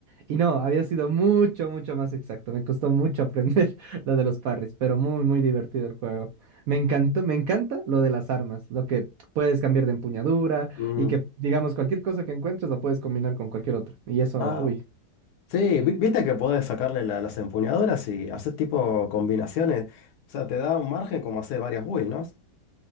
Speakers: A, on the right; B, on the left.
A: Y no, había sido mucho, mucho más exacto. Me costó mucho aprender <laughs> lo de los parries, pero muy, muy divertido el juego. Me encantó, me encanta lo de las armas, lo que puedes cambiar de empuñadura
B: Mm,
A: y que, digamos, cualquier cosa que encuentres la puedes combinar con cualquier otra. Y eso,
B: ah,
A: uy,
B: Sí, vi- viste que podés sacarle la- las empuñaduras y haces tipo combinaciones. O sea, te da un margen como hacer varias builds, ¿no?